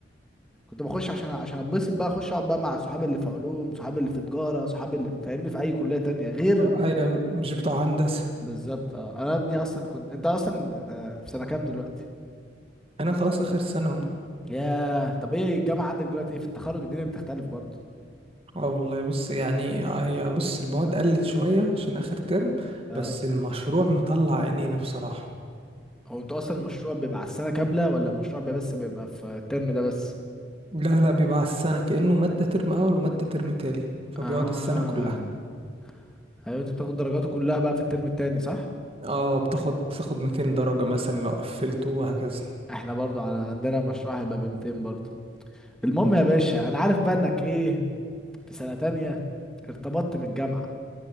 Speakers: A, in the centre; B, on the right.
A: كنت بخش عشان عشان اتبسط بقى اخش اقعد بقى مع صحابي اللي في علوم صحابي اللي في تجاره صحابي اللي فاهمني في اي كليه تانية غير
B: هي مش بتوع هندسة
A: بالظبط اه انا ابني اصلا كنت انت اصلا في سنه كام دلوقتي
B: أنا خلاص آخر سنة أهو
A: ياه طب ايه الجامعه عندك دلوقتي ايه في التخرج الدنيا بتختلف برضه
B: اه والله بص يعني هي بص المواد قلت شوية عشان آخر ترم
A: اه
B: بس المشروع مطلع عينينا بصراحة
A: هو انتوا اصلا المشروع بيبقى على السنه كامله ولا المشروع بيبقى بس بيبقى في الترم ده بس
B: لا لا بيبقى على السنة كأنه مادة ترم أول ومادة ترم تاني فبيقعد
A: اه
B: السنة كلها
A: ايوه انتوا بتاخدوا درجاته كلها بقى في الترم التاني صح
B: اه بتاخد بتاخد 200 درجة مثلا لو قفلته وهكذا
A: احنا برضو على عندنا مشروع هيبقى ب 200 برضو المهم يا باشا انا عارف بقى انك ايه في سنة تانية ارتبطت من الجامعة